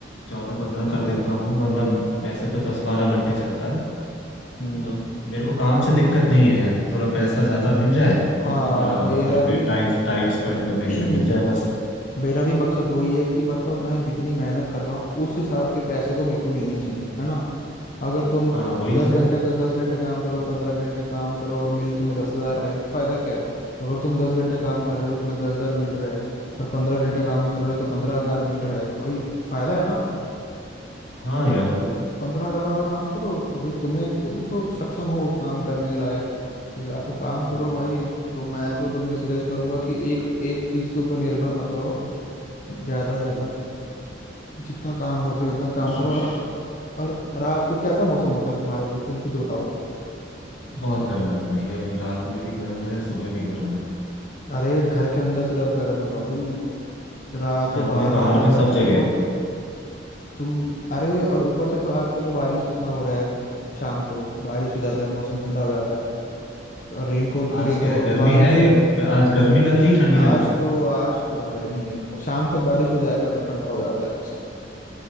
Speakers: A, on the left; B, on the left.
A: चौदह पंद्रह कर देता हूँ वरना वैसे तो दस बारह घंटे चलता है
B: हम्म
A: अ, मेरे को काम से दिक्कत नहीं है यार थोड़ा पैसा ज्यादा मिल जाए और
B: हाँ
A: थोड़ा
B: मेरा
A: घर पे
B: भी
A: टाइम टाइम स्पेंड करने
B: <clears throat>
A: के लिए मिल जाए बस
B: मेरा भी मकसद वही है कि मतलब मैं जितनी मेहनत कर रहा हूँ उस हिसाब के पैसे तो मेरे को मिलने चाहिए है ना अगर तुम
A: हाँ वही
B: दस
A: तो
B: घंटे
A: है
B: का दस घंटे काम करो पंद्रह घंटे काम करो और मिल तुम्हें दस हजार रहे हैं तो फायदा क्या है अगर तुम दस घंटे काम कर रहे हो तुम्हें दस हजार मिल रहा है और पंद्रह घंटे काम कर रहे हो तो पंद्रह हजार मिल रहा है तो भाई फायदा है ना
A: हाँ
B: तो
A: यार वही तो
B: पंद्रह हजार वाला काम करो क्योंकि तुम्हें तुम तो सक्षम हो उस काम करने के लायक तो जाके काम करो
A: हाँ
B: भाई तो मैं तो तुम्हें सजेस्ट करूंगा कि एक एक चीज के ऊपर निर्भर मत रहो ज्यादा से ज्यादा
A: हम्म
B: जितना काम हो सके उतना काम
A: कोशिश
B: करो और और रात को कैसा मौसम होता है तुम्हारे उधर तुम खुद बताओ
A: बहुत गर्म है भाई अभी रात में भी गर्म है सुबह भी गर्म है
B: अरे घर के अंदर सिर्फ गर्म है बाबू रात
A: घर
B: को बाहर
A: में बाहर
B: निकल
A: में
B: के
A: सब
B: देखो
A: जगह
B: तुम अरे और ऊपर से तो आजकल तो बारिश कितना हो रहा है शाम को बारिश हो जाता है मौसम ठंडा हो जाता है तो और रेनकोट खरीद
A: आज क्या
B: लो
A: है गर्मी
B: बारिश
A: है ये आज गर्मी लग
B: <clears throat>
A: रही है ठंडी
B: आज
A: लग रही है
B: तो आज तो थोड़ा गर्मी है मतलब शाम तक बारिश हो
A: तो
B: जाएगा
A: फिर
B: तो ठंडा हो जाता है मौसम